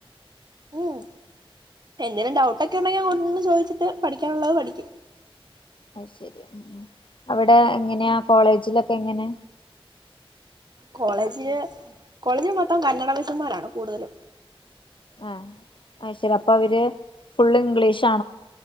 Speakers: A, on the right (about 45°); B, on the left (about 60°).
A: ഉം എന്തേലും ഡൗട്ടൊക്കെ ഉണ്ടെങ്കിൽ അങ്ങോട്ടു ചെന്ന് ചോദിച്ചിട്ട് പഠിക്കാനുള്ളത് പഠിക്കും
B: അയ്ശെരി ഉം ഉം അവിടെ എങ്ങനെയാ കോളേജിലൊക്കെ എങ്ങനെ
A: കോളേജില് കോളേജിൽ മൊത്തം കന്നഡ മിസ്സുമ്മാരാണ് കൂടുതലും.
B: ആഹ് ആയ്ശരി അപ്പൊ അവര് ഫുൾ ഇംഗ്ലീഷ്